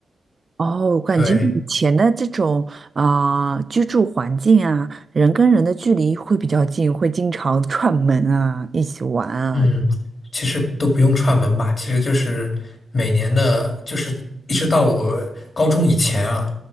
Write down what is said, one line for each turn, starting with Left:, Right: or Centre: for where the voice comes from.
Right: 哦，感觉以前的这种啊、
Left: 对。
Right: 呃居住环境啊，人跟人的距离会比较近，会经常串门啊，一起玩啊。
Left: 嗯，其实都不用串门吧，其实就是每年的，就是一直到我高中以前啊，